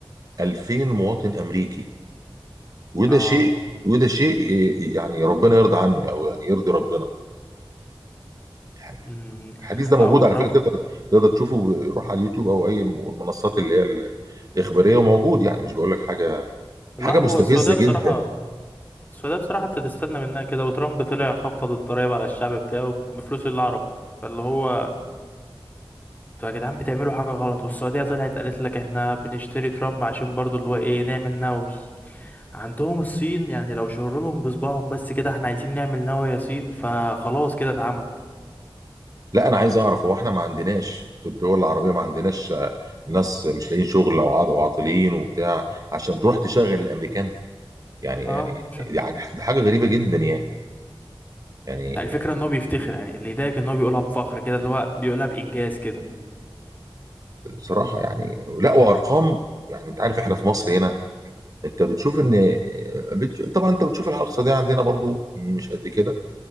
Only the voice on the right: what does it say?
2000 مواطن امريكي وده
شيء وده شيء ي- يعني ربنا يرضى عنه او يعني يرضي ربنا يعني
الحديث ده
موجود
على فكره تقدر تقدر تشوفه روح على اليوتيوب او اي م- المنصات اللي هي ال- الاخباريه وموجود يعني مش بقول لك حاجه
حاجه
مستفزه
جدا
لا انا عايز اعرف هو احنا ما عندناش في الدول العربيه ما عندناش آه، ناس مش لاقيين شغل او عاط- وعاطلين وبتاع عشان تروح تشغل الامريكان يعني يعني
يعني
ده حاجه غريبه جدا يعني يعني
بصراحه يعني لا وارقام يعني انت عارف احنا في مصر هنا انت بتشوف ان بتش- طبعا انت بتشوف الحاله الاقتصاديه عندنا برضو مش قد كده